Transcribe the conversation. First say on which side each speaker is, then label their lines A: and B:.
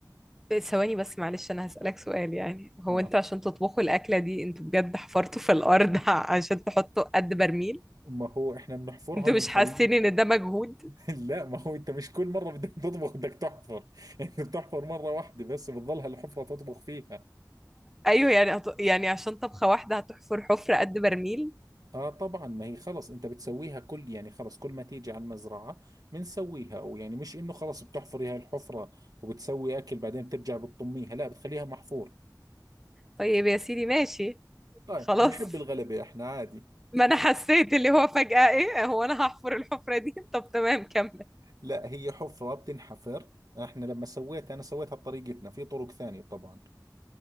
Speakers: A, in the centre; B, on the right (about 60°).
A: ثواني بس معلش انا هسألك سؤال يعني هو
B: اه
A: انتوا عشان تطبخوا الاكلة دي انتوا بجد حفرتوا في الارض <laughs> عشان تحطوا قد برميل
B: ما هو احنا بنحفرها
A: انتوا
B: وبنخليها
A: مش حاسين ان ده مجهود
B: <laughs> لا ما هو انت مش كل مره بدك <laughs> تطبخ بدك تحفر <laughs> انت بتحفر مره واحده بس بتضلها الحفره تطبخ فيها
A: ايوه يعني هت... يعني عشان طبخة واحدة هتحفر حفرة قد برميل
B: اه طبعا ما هي خلص انت بتسويها كل يعني خلص كل ما تيجي على المزرعه بنسويها او يعني مش انه خلص بتحفري هاي الحفره وبتسوي اكل بعدين بترجع بتطميها لا بتخليها محفوره
A: طيب يا سيدي ماشي
B: طيب
A: خلاص
B: بنحب الغلبه احنا عادي
A: ما انا حسيت اللي هو فجأة ايه هو انا هحفر الحفرة دي <laughs> طب تمام كمل
B: لا هي حفره بتنحفر احنا لما سويتها انا سويتها بطريقتنا في طرق ثانيه طبعا